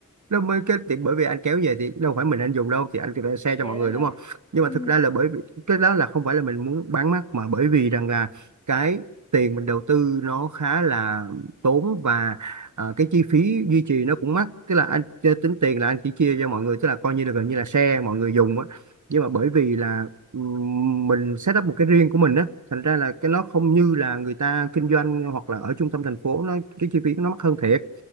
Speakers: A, on the right; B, on the left.
A: nó mới cái thì bởi vì anh kéo về thì đâu phải mình anh dùng đâu thì anh phải share
B: dạ
A: cho mọi người
B: đúng
A: đúng
B: rồi
A: không nhưng
B: ừ
A: mà thực ra là bởi vì cái đó là không phải là mình muốn bán mắc mà bởi vì rằng là cái tiền mình đầu tư nó khá là tốn và ờ, cái chi phí duy trì nó cũng mắc tức là anh chơi tính tiền là anh chỉ chia cho mọi người tức là coi như là gần như là share mọi người dùng á nhưng mà bởi vì là ừm, mình set up một cái riêng của mình á thành ra là cái nó không như là người ta kinh doanh hoặc là ở trung tâm thành phố nó cái chi phí nó mắc hơn thiệt